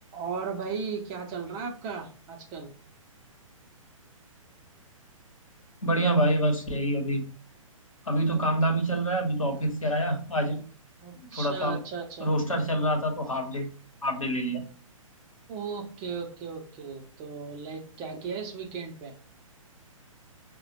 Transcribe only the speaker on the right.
और भाई क्या चल रहा है आपका आजकल
अच्छा
अच्छा अच्छा
Okay okay okay तो लाइक क्या किया इस वीकेंड पे